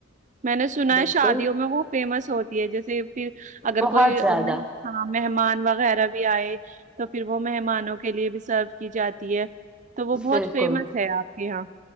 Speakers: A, on the right (about 40°); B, in the centre.
A: میں نے سنا
B: بالکل
A: ہے شادیوں میں وہ فیمس ہوتی ہے جیسے پھر اگر
B: بہت
A: کوئی ہاں
B: زیادہ
A: مہمان وغیرہ بھی آئے تو پھر وہ مہمانوں کے لیے بھی سرو کی جاتی ہے تو وہ بہت
B: بالکل
A: فیمس ہے آپ کے یہاں